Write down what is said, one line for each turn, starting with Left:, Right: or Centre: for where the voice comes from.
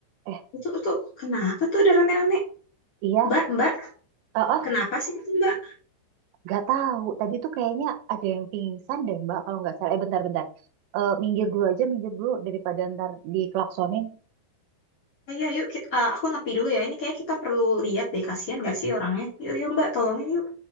Right: Eh,
Left: Itu tuh kenapa tuh ada rame-rame?
Right: iya,
Left: Mbak, Mbak,
Right: eh, eh,
Left: kenapa sih itu Mbak?
Right: nggak tahu. Tadi tuh kayaknya ada yang pingsan deh, Mbak. Kalau nggak salah, eh bentar-bentar. Eh minggir dulu aja, minggir dulu daripada ntar diklaksonin.
Left: Ayo, yuk kita, eh, aku nepi dulu ya. Ini kayak kita perlu lihat deh, kasihan gak sih orangnya? Yuk, yuk Mbak, tolongin yuk.